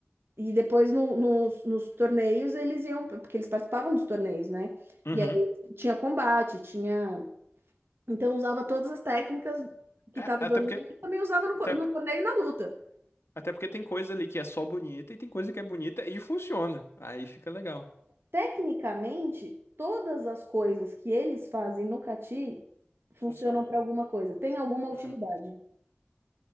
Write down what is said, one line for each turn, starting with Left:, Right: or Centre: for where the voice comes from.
Right: E depois no- nos, nos torneios eles iam, porque eles participavam dos torneios, né?
Left: Uhum.
Right: E aí tinha combate, tinha. Então usava todas as técnicas que
Left: É,
Right: estava dando,
Left: até porque,
Right: e também usava no, co-
Left: até,
Right: no torneio e na luta.
Left: até porque tem coisa ali que é só bonita e tem coisa que é bonita e funciona. Aí fica legal.
Right: Tecnicamente, todas as coisas que eles fazem no cati funcionam
Left: Funciona,
Right: para
Left: né?
Right: alguma coisa, tem alguma utilidade.
Left: Uhum.